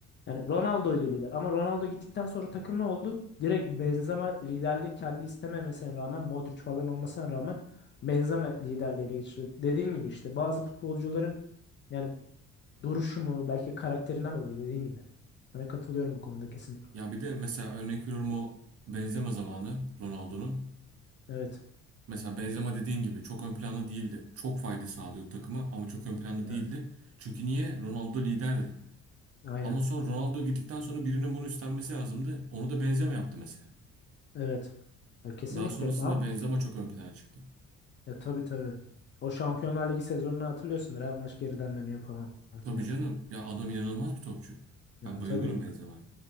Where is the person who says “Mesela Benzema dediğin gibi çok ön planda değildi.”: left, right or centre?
Right